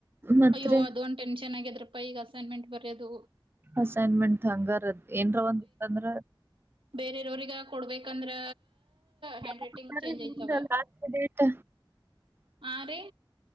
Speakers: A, on the right; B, on the right.
A: ಮತ್ರಿ
B: ಅಯ್ಯೋ ಅದ ಒಂದ ಟೆನ್ಶನ್ ಆಗ್ಯದ್ರಪ್ಪಾ ಈಗ ಅಸೈನ್ಮೆಂಟ್ ಬರ್ಯೋದು.
A: ಅಸೈನ್ಮೆಂಟ್ ಹಂಗರಿ ಅದ ಏನ್ರ ಒಂದ ಇತ್ತ ಅಂದ್ರ.
B: ಬೇರೆೆಯರವ್ರಗ ಕೊಡ್ಬೇಕಂದ್ರ... ಹ್ಯಾಂಡ್
A: ಯಾವಾಗ
B: ರೈಟಿಂಗ್
A: ಕೊಟ್ಟಾರಿ
B: ಚೇಂಜ್
A: ನಿಮ್ದು
B: ಐತವ
A: ಲಾಸ್ಟ್ ಡೇಟ್.
B: ಆ ರೀ